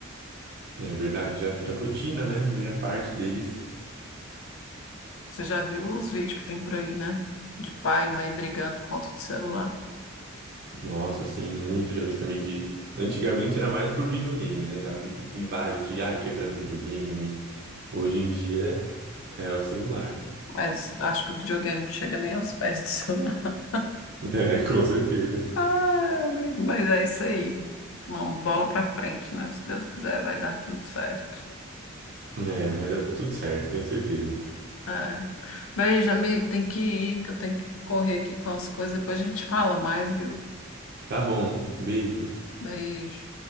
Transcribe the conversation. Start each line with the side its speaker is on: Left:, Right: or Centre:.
Right: né, É verdade, já vira rotina, né? Vira parte deles.
Left: Você já viu os vídeos que tem por aí, né? De pai e mãe brigando por conta do celular.
Right: Nossa, assim, muito. Já vi também de. Antigamente era mais por videogame, né? Já vi, vi vários de, ah, quebrando videogame. Hoje em dia é o celular. <laughs>
Left: Mas acho que o videogame não chega nem aos pés do celular. <laughs>
Right: É, com certeza.
Left: Ah, amigo, mas é isso aí. Uma bola para frente, né? Se Deus quiser, vai dar tudo certo.
Right: É, vai dar tudo certo, tenho certeza.
Left: É. Beijo, amigo. Tem que ir, que eu tenho que correr aqui com as coisas. Depois a gente fala mais, viu?
Right: Tá bom, beijo.
Left: Beijo.